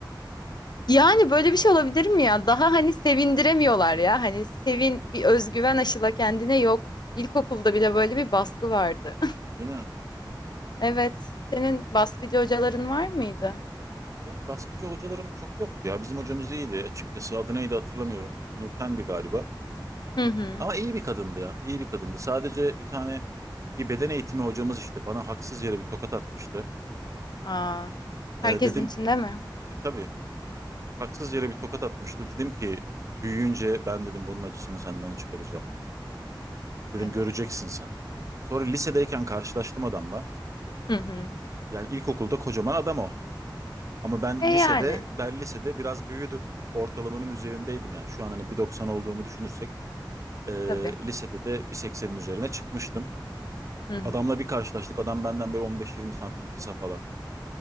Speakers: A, on the left; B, on the right.
A: Yani böyle bir şey olabilir mi ya? Daha hani sevindiremiyorlar ya. Hani sevin bir özgüven aşıla kendine yok. İlkokulda bile böyle bir baskı vardı.
B: Değil mi?
A: Evet.
B: Değil mi?
A: Senin baskıcı hocaların var mıydı?
B: Yani baskıcı hocalarım çok yoktu ya. Bizim hocamız iyiydi açıkçası. Adı neydi hatırlamıyorum. Nurten'di galiba.
A: Hı hı.
B: Ama iyi bir kadındı ya. İyi bir kadındı. Sadece bir tane bir beden eğitimi hocamız işte bana haksız yere bir tokat atmıştı.
A: Aa,
B: Ee,
A: herkesin
B: dedim
A: içinde
B: ki
A: mi?
B: e, tabii haksız yere bir tokat atmıştı. Dedim ki büyüyünce ben dedim bunun acısını senden çıkaracağım. Dedim
A: Evet.
B: göreceksin sen. Sonra lisedeyken karşılaştım adamla.
A: Hı hı.
B: Yani ilkokulda kocaman adam o. Ama ben
A: E
B: lisede
A: yani
B: ben lisede biraz büyüdüm. Ortalamanın üzerindeydim yani. Şu an hani bir doksan olduğumu düşünürsek e,
A: tabii.
B: lisede de bir seksenin üzerine çıkmıştım.
A: Hı hı.
B: Adamla bir karşılaştık. Adam benden böyle 15-20 santim kısa falan.